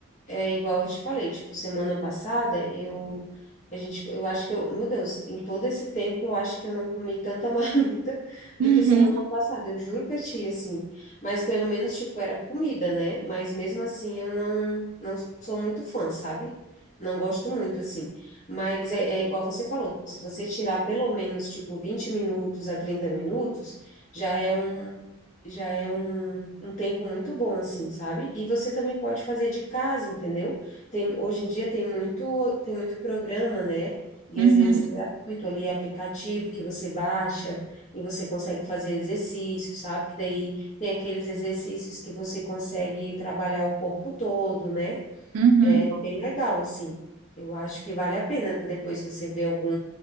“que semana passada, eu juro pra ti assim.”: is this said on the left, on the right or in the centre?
Left